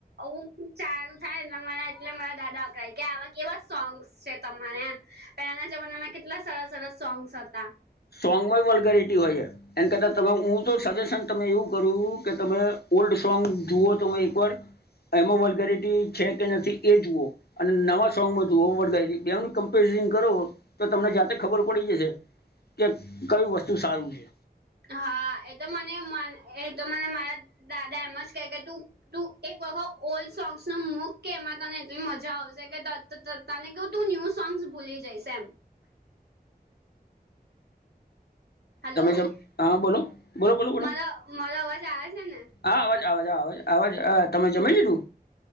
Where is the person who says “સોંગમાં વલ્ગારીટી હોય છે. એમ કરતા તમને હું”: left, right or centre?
Left